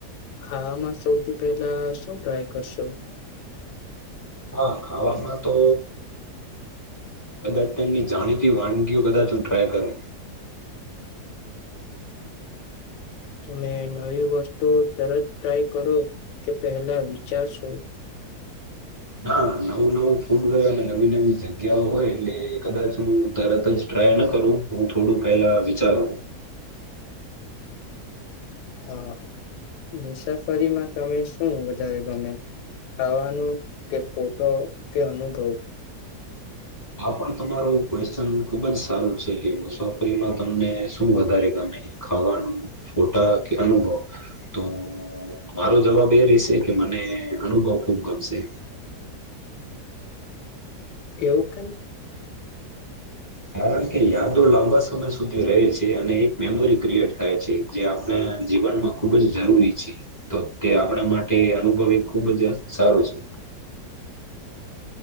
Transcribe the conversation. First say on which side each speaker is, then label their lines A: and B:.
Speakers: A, on the left (about 85°); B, on the left (about 15°).
A: ખાવામાં સૌથી પહેલા શું ટ્રાય કરશો
B: હા ખાવામાં તો કદાચ તેમની જાણીતી વાનગીઓ કદાચ હું ટ્રાય કરુ
A: તમે નવી વસ્તુ તરત ટ્રાય કરો કે પહેલા વિચારશો
B: ના નવું નવું ફૂડ હોય અને નવી નવી જગ્યાઓ હોય એટલે કદાચ હું તરત જ ટ્રાય ન કરું હું થોડું પેલા વિચારું
A: હા મુસાફરીમાં તમે શું વધારે ગમે ખાવાનો કે ફોટો કે અનુભવ
B: આ પણ તમારું ક્વેશ્ચન ખુબ જ સારું છે કે મુસાફરીમાં તમને શું વધારે ગમે ખાવાનું ફોટા કે અનુભવ તો મારો જવાબ એ રહેશે કે મને અનુભવ ખુમ ગમશે
A: એવું કેમ
B: કારણ કે યાદો લાંબા સમય સુધી રહે છે અને એક મેમોરી ક્રિએટ થાય છે જે આપણા જીવનમાં ખૂબ જ જરૂરી છે તો તે આપણા માટે અનુભવી ખૂબ જ સારું છે